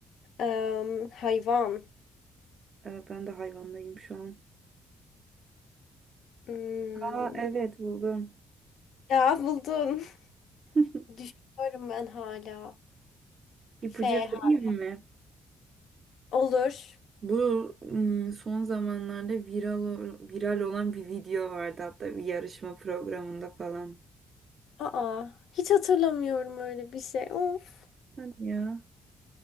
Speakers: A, on the left; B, on the right.
A: Em, hayvan.
B: Ee, ben de hayvandayım şu an.
A: Hmm.
B: Aa, evet buldum.
A: Ya buldun.
B: <laughs>
A: <laughs> Düşünüyorum ben hala.
B: İpucu
A: F har-
B: vereyim mi?
A: Olur.
B: Bu ım, son zamanlarda viral ol- viral olan bir video vardı hatta bir yarışma programında falan.
A: Aa, hiç hatırlamıyorum öyle bir şey. Of.
B: Hadi ya.